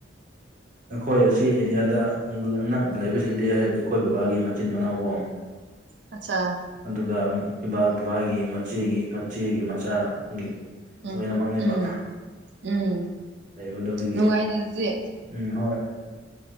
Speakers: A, on the right (about 45°); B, on the right (about 70°).
A: ꯑꯩꯈꯣꯏ ꯑꯁꯤ ꯑꯦꯔꯤꯌꯥꯗ ꯂ ꯅꯛꯅ ꯂꯩꯕꯁꯤꯡꯗꯤ ꯍꯥꯏꯕꯗꯤ ꯑꯩꯈꯣꯏ ꯕꯕꯥꯒꯤ ꯃꯆꯤꯟ ꯃꯅꯥꯎ ꯀꯣ <inaudible>
B: ꯑꯆꯥ
A: ꯑꯗꯨꯒ ꯏꯕꯥꯛ ꯕꯕꯥꯒꯤ ꯃꯆꯦꯒꯤ ꯃꯆꯦꯒꯤ ꯃꯆꯥ ꯒꯤ
B: ꯎꯝ
A: ꯂꯣꯏꯅꯃꯛꯅꯦꯕ
B: ꯎꯝ ꯎꯝ
A: ꯂꯩꯕꯗꯣꯗꯒꯤ
B: ꯅꯨꯡꯉꯥꯏꯅꯦ ꯑꯗꯨꯗꯤ
A: ꯎꯝ ꯍꯣꯏ